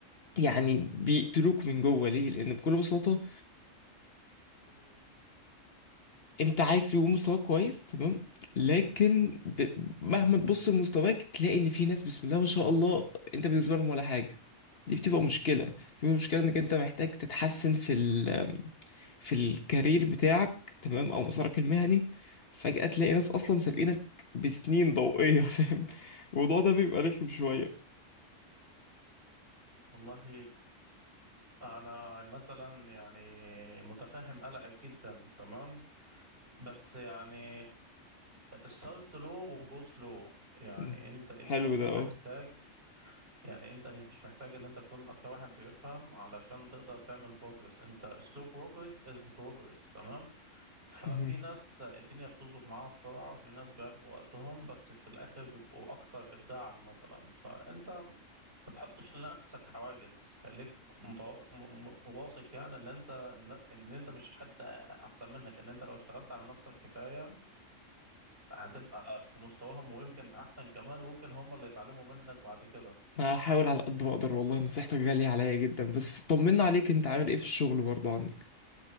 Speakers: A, on the left (about 50°); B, on the right (about 45°).
A: يعني بيقتلوك من جوه ليه لان بكل بساطة انت عايز يبقى مستواك كويس تمام لكن ب... مهما تبص لمستواك تلاقي ان في ناس بسم الله ما شاء الله انت بالنسبه لهم ولا حاجه دي بتبقى مشكله بتبقى مشكله انك انت محتاج تتحسن في ال... في الكارير بتاعك تمام او مسارك المهني فجاه تلاقي ناس اصلا سابقينك بسنين ضوئيه <laughs> فاهم الموضوع ده بيبقى رخم شويه
B: والله أنا مثلا يعني متفهم قلقك جدا تمام بس يعني ستارت لو وجو سلو يعني
A: مم.
B: أنت أنت
A: حلو
B: مش
A: ده
B: محتاج
A: اه
B: يعني انت مش محتاج ان انت تكون اكتر واحد بيفهم علشان تقدر تعمل بروجرس انت سلو بروجرس از بروجرس تمام ففي
A: مهم.
B: ناس الدنيا بتظبط معاها بسرعة وفي ناس بياخدوا وقتهم بس في الآخر بيبقوا أكثر إبداعا مثلا فأنت ما تحطش لنفسك حواجز خليك متو... م... م... واثق يعني إن أنت إن... إن أنت مش حد أحسن منك إن أنت لو اشتغلت على نفسك كفاية هتبقى في مستواهم ويمكن أحسن كمان ويمكن هم اللي يتعلموا منك بعد كده
A: هحاول على قد ما اقدر والله نصيحتك غاليه عليا جدا بس طمنا عليك انت عامل ايه في الشغل برضه عندك